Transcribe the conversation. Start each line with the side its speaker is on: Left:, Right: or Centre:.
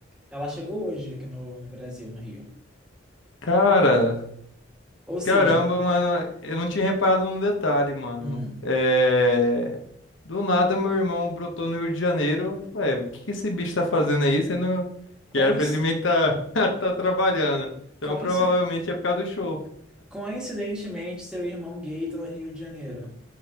Centre: Ela chegou hoje aqui no, no Brasil, no Rio.
Left: Cara,
Centre: Ou seja,
Left: Caramba, mano, eu não tinha reparado num detalhe, mano.
Centre: hum,
Left: É... Do nada, meu irmão brotou no Rio de Janeiro. Ué, o que que esse bicho tá fazendo aí? Sendo que
Centre: coinc-
Left: era pra ele meio que tá, <laughs> tá trabalhando. Então,
Centre: coinci-
Left: provavelmente é por causa do show.
Centre: coincidentemente, seu irmão gay tá no Rio de Janeiro.